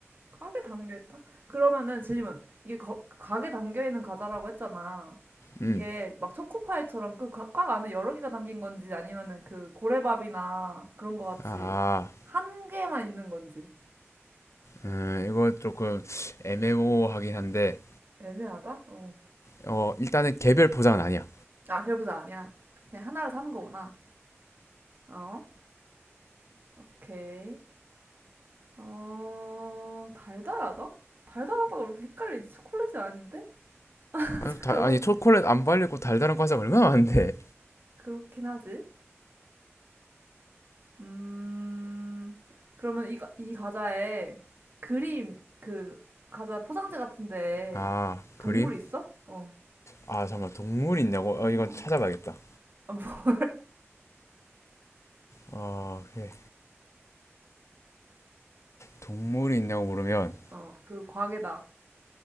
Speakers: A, on the right; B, on the left.
A: 가게 담겨 있다. 그러면은 질문. 이게 거- 가게 담겨 있는 과자라고 했잖아. 이게
B: 음.
A: 막 초코파이처럼 그 과- 꽉 안에 여러 개가 담긴 건지 아니면은 그 고래밥이나 그런 거 같이
B: 아.
A: 한 개만 있는 건지
B: 음, 이거 조금 애매모호하긴 한데
A: 애매하다? 어.
B: 어 일단은 개별 포장은 아니야.
A: 아, 결부자 아니야. 그냥 하나를 사는 거구나. 어? 오케이. 어, 달달하다? 달달하다가 왜 이렇게 헷갈리지? 초콜릿이 아닌데? <laughs>
B: 아
A: 잠깐만.
B: 다- 아니 초콜릿 안 발리고 달달한 과자 얼마나 많은데.
A: 그렇긴 하지. 음, 그러면 이, 과- 이 과자에 그림, 그, 과자 포장지 같은데
B: 아 그림?
A: 동물 있어? 어,
B: 아 잠깐 만 동물이 있냐고? 어 이건
A: 어,
B: 찾아봐야겠다.
A: 아, 뭐,
B: 어 예. 동물이 있냐고 물으면
A: 어, 그 과게다.